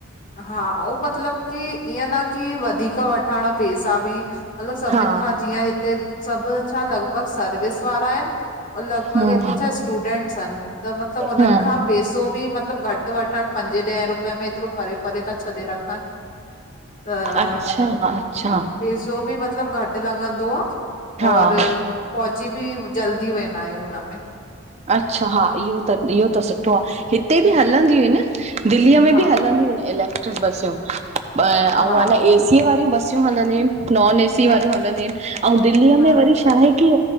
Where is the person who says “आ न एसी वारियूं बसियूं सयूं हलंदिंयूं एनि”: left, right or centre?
Right